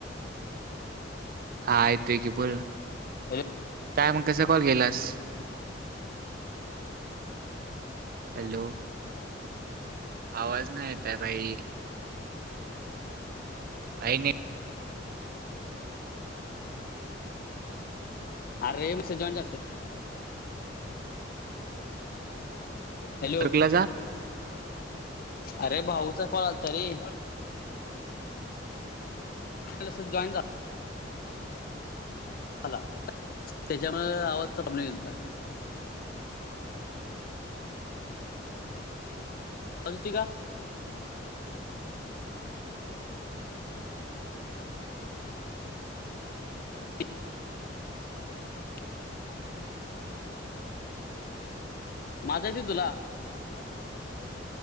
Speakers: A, on the right; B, on the left.
A: हा येतोय की बोल.
B: <unintelligible>
A: काय मग कसा कॉल केलास? हॅलो! आवाज नाही येतये भाई काही नाही
B: अरे नुसत जॉइन हॅलो?
A: नेटवर्कला जा
B: अरे भाऊचा कॉल आलता रे. <unintelligible> जॉईन झा मला त्याच्यामुळ आवाजचा प्रोब्लेम यालता. आलती का <unintelligible> <unintelligible> <inaudible> माझा येतोय तुला